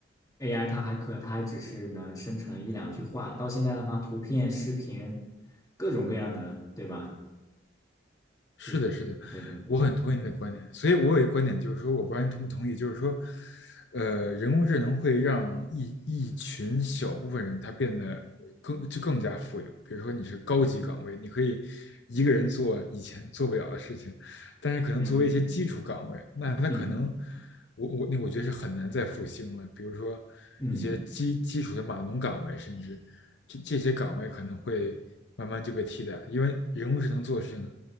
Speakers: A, on the left; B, on the left.
A: AI 它还可，它还只是能生成一两句话，到现在的话，图片、视频，各种各样的，对吧？
B: 是的，
A: 就是，
B: 是的，
A: 对对对，
B: 我很同意你的观点。
A: 嗯
B: 所以我有一个观点，就是说，我不知道你同不同意，就是说，呃，人工智能会让一一群小部分人他变得更就更加富有。比如说，你是高级岗位，你可以一个人做以前做不了的事情，但是可能作为一些基础岗位，
A: 嗯嗯嗯
B: 那他可能
A: 嗯。
B: 我我那我觉得是很难再复兴了。比如说一些基基础的码农岗位，
A: 嗯
B: 甚至。这这些岗位可能会慢慢就被替代，因为人工智能做的事情